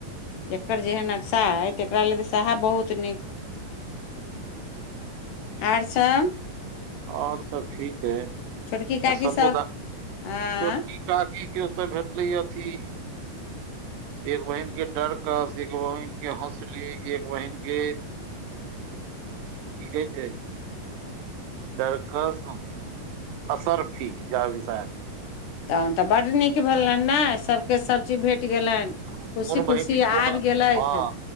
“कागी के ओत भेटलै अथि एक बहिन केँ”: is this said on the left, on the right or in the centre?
Right